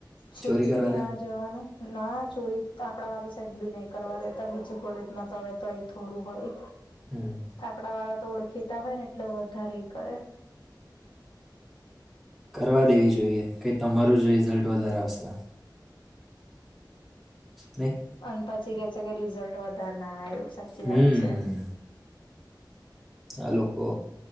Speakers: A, on the left (about 85°); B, in the centre.
A: છે
B: ચોરી કરવા
A: ત્યા
B: દે
A: જણ. ના ચોરી આપણામાં તો સેજ બી નહી કરવા દેતા બીજી કોલેજમાં તો હવે તોય થોડું હોય.
B: હમ
A: કપડા વાળા ઓળખીતા હોય ને એટલે વધારે કરે.
B: કરવા દેવી જોઈએ કે તમારું જ રિઝલ્ટ વધારે આવશે. નહીં
A: અનપદ છી કે રિઝલ્ટ વધારે ના આવ્યો. સાચી
B: હમ
A: વાત છે.
B: આ લોકો